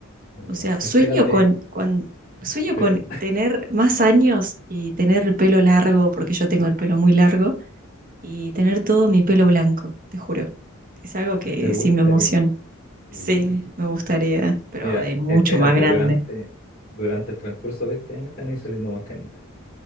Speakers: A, on the left; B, on the right.
A: ya.
B: O sea,
A: Espérate,
B: sueño con, con, sueño
A: espera.
B: con tener más años y tener el pelo largo, porque yo tengo el pelo muy largo, y tener todo mi pelo blanco, te juro. Es algo que
A: ¿Te gustaría?
B: sí me emociona.
A: Mm.
B: Sí, me gustaría, pero
A: Mira,
B: de mucho
A: espérate,
B: más grande.
A: durante, durante el transcurso de este año te van a ir saliendo más canitas.